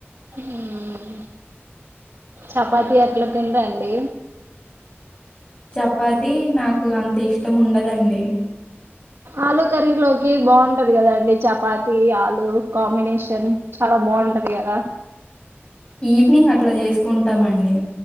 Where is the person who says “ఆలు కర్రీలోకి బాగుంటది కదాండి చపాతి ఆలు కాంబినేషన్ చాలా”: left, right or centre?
Right